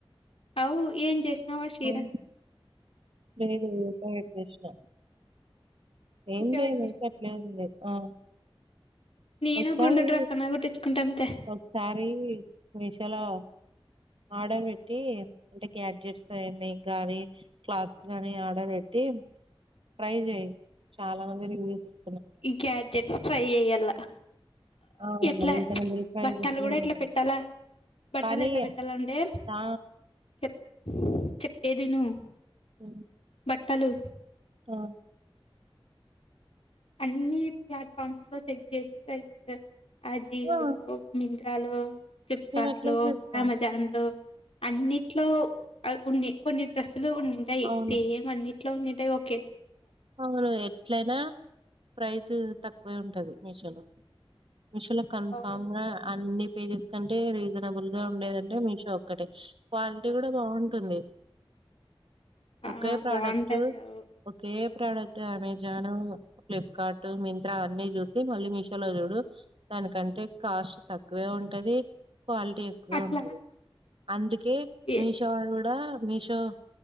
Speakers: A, on the left (about 80°); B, on the right (about 65°).
A: అవ్వు ఏం జేశానవ్ ఆ శీరా
B: అవును. లేదు ఉల్టా పెటేషిన ఏందే
A: ఊకే పెట్టేసినావు
B: నీకు అట్లా ఐంది గట్ల ఆ
A: నేను
B: ఒకసారి
A: గుండు డ్రెస్ అన్నా కుట్టించుకుంటాంతే
B: ఒకసారి మీషోలా ఆర్డర్ పెట్టి అంటే గ్యాడ్జెట్స్ ఐయ్యని గానీ క్లాత్స్ గాని ఆర్డర్ పెట్టి ఉ ట్రై చెయి చాలా మంది రివ్యూస్ ఇస్
A: ఇ గ్యాడ్జెట్స్ ట్రై చెయ్యాలా
B: ఆ
A: ఎట్లా
B: రీజనబుల్ ప్రైజెస్
A: బట్టలు
B: లో
A: కూడా
B: ఉంటాయి.
A: ఎట్లా పెట్టాలా బట్టలు
B: కానీ
A: ఎట్లా పెట్టా ల అంటే
B: ఆ
A: చె చెప్పేది ఇను
B: మ్మ్
A: బట్టలు
B: ఆ
A: అన్ని ప్లాట్ఫామ్స్ లో చెక్ చేసి లైక్ ఆజియోలు
B: ఆ!
A: మిత్ర త్రలు, ఫ్లిప్కార్ట్లు,
B: నేను అట్లే చేస్తా.
A: అమెజాన్లు అన్నిట్లో అవి కొన్ని కొన్ని డ్రెస్సులు ఉన్నుంటాయ్
B: అవును.
A: సేమ్ అన్ని ట్లో ఉన్నుంటే ఓకే
B: అవును ఎట్లయినా ప్రైస్ తక్కువే ఉంటది మిషో లో మిషో లో కన్ఫామ్
A: అవును.
B: గా అన్ని పేజెస్ కంటే రీజనబుల్ గా ఉండేదంటే మీషో ఒక్కటే క్వాలిటీ కూడా బాగుంటుంది
A: ఆ
B: ఒకే ప్రోడక్ట్
A: బాగుంటది అవు
B: ఒకే ప్రోడక్ట్ అమెజాను ఫ్లిప్కార్ట్ మింత్రా అన్ని చూసి మళ్ళీ మీషోలో చూడు దానికంటే కాస్ట్ తక్కువే ఉంటది క్వాలిటీ ఎక్కువే
A: అట్లా
B: ఉంటది అందుకే
A: ఎ
B: మీషో డా మీషో